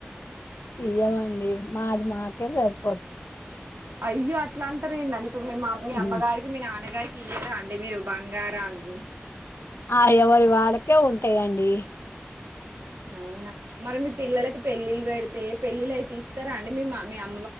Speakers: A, on the left (about 85°); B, on the right (about 80°).
A: ఇయ్యమండి మాది మాకే జరుపు
B: అయ్యో అట్లా అంటారు ఏందండి ఇప్పుడు మీ మ
A: ఉమ్.
B: అమ్మగారికి మీ నాన్నగారికి ఇయ్యరా అండి మీరు బంగారాన్ని
A: ఆ ఎవరివి వాళ్ళకే ఉంటయండి
B: అవునా మరి మీ పిల్లలకి పెళ్ళిళ్ళ పెడితే పెళ్ళిళ అయితే ఇస్తారాండి మీ మ ఆ మ్ము